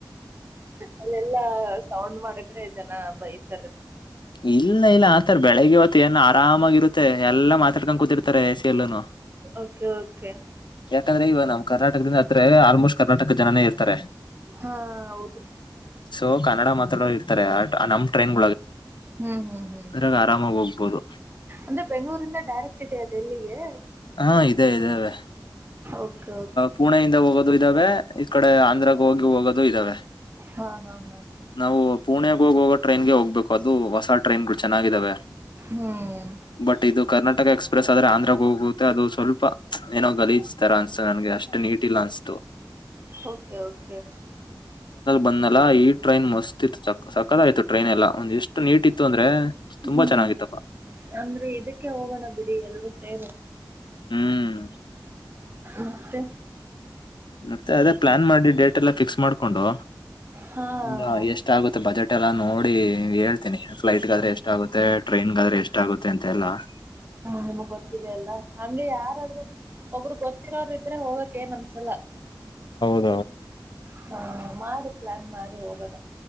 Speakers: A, on the right (about 25°); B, on the left (about 75°).
A: ಅಲ್ಲೆಲ್ಲಾ ಸೌಂಡ್ ಮಾಡಿದ್ರೆ ಜನ ಬೈತಾರ
B: ಇಲ್ಲ ಇಲ್ಲ ಆತರ ಬೆಳಿಗ್ಗೆ ಹೊತ್ತು ಏನ್ ಆರಾಮಾಗಿರುತ್ತೆ ಎಲ್ಲಾ ಮಾತಾಡ್ಕೊಂಡ್ ಕೂತಿರ್ತಾರೆ ಎಸ ಎಲ್ಲನು
A: ಓಕೆ ಓಕೆ
B: ಯಾಕಂದ್ರೆ ಇವ ನಮ್ ಕರ್ನಾಟಕದಿಂದ ಹತ್ರ ಆಲ್ಮೋಸ್ಟ್ ಕರ್ನಾಟಕ ಜನನೇ ಇರ್ತಾರೆ
A: ಹಾ ಹೌದು
B: ಸೊ ಕನ್ನಡ ಮಾತ್ರ ಇರ್ತಾರೆ ನಮ್ ಟ್ರೆನ್
A: ಹ್ಮ್ ಹ್ಮ್ ಹ್ಮ್
B: ಅದ್ರಾಗ ಆರಾಮಾಗಿ ಹೋಗ್ಬೋದು
A: ಅಂದ್ರೆ ಬೆಂಗ್ಗಳೂರಿಂದ ಡೈರೆಕ್ಟ್ ಇದೆಯದೆೆಲ್ಲಿಗೆ
B: ಹಾ ಇದದೆ ಇದದೆವೆ
A: ಓಕೆ ಓಕೆ
B: ಪುಣೆಯಿಂದ ಹೋಗೋದು ಇದ್ದಾವೆ ಈ ಕಡೆ ಆಂಧ್ರಾಗ ಹೋಗಿ ಹೋಗೋದು ಇದ್ದಾವೆ
A: ಹಾ ಹಾ ಹಾ
B: ನಾವು ಪುಣಗ ಹೋಗುವಾಗ ಟ್ರೈನ್ಗೆ ಹೋಗ್ಬೇಕು ಅದು ಹೊಸ ಟ್ರೈನ್ ಗ ಚೆನ್ನಾಗಿದ್ದಾವೆ
A: ಹ್ಮ್
B: ಬಟ್ ಇದು ಕರ್ನಾಟಕ ಎಕ್ಸ್ಪ ್ರಸ್ ಆದ್ರ ಆಂಧ್ರಾಗ ಹೋಗುತ್ತೆ ಅದು ಸ್ವಲ್ಪ ಏನೋ ಗಲೀತಾರ ಅನ್ಸ್ತು ನನ್ಗೆ ಅಷ್ಟು ನೀಟ್ ಇಲ್ಲ ಅಸಸ್ತು
A: ಓಕೆ ಓಕೆ
B: ಬಂದ್ಲ್ಲಾ ಈ ಟ್ರೈನ್ ಮಸ್ತ್ ಇತ್ತು ಸ ಸಕಲ ಆಯ್ತು ಟ್ರೈನ್ ಎಲ್ಲ ಒಂದ್ ಎಷ್ಟು ನೀಟ್ ಇತ್ತು ಅಂದ್ರೆ ತುಂಬಾ
A: ಹ್ಮ್
B: ಚೆನ್ನಾಗಿತ್ತಪ್ಪ
A: ಅಂದ್ರೆ ಇದಕ್ಕೆ ಹೋಗೋಣ ಬಿಡಿ ಎಲ್ರೂ ಸೇರೆ
B: ಹ್ಮ್
A: ಮತ್ತೆ
B: ಮತ್ತೆ ಅದೇ ಪ್ಲಾನ್ ಮಾಡಿ ಡೇಟ್ ಎಲ್ಲಾ ಫಿಕ್ಸ್ ಮಾಡ್ಕೊಂಡು
A: ಹಾ
B: ಒ
A: ಹೋಗೋಣ.
B: ಎಷ್ಟ ಆಗುತ್ತೆ ಬಜೆಟ್ ಇ ಎಲ್ಲಾ ನೋಡಿ ಹೇಳ್ತೀನಿ ಫ್ಲೈಟ್ಗಾದ್ರೆ ಎಷ್ಟಾಗುತ್ತೆ ಟ್ರೈನ್ಗಾದ್ರೆ ಎಷ್ಟ ಆಗುತ್ತೆ ಅಂತೆ ಎಲ್ಲಾ ಹ
A: ನಿಮ್ಗ್ ಗೊತ್ತಿದ ಅಲ್ಲಾ ಹಂಗೆ ಯಾರಾದ್ರರು ಒಬ್ಬರು ಗೊತ್ತಿರೋರು ಇದ್ರೆ ಹೋಗಕ್ ಏನ್ ಅನ್ಸಲ್ಲ
B: ಹೌ
A: ಹ್ಮ ಮಾಡಿ ಪ್ಲಾನ್ ಮಾಡಿ ಹೋಗೋಣ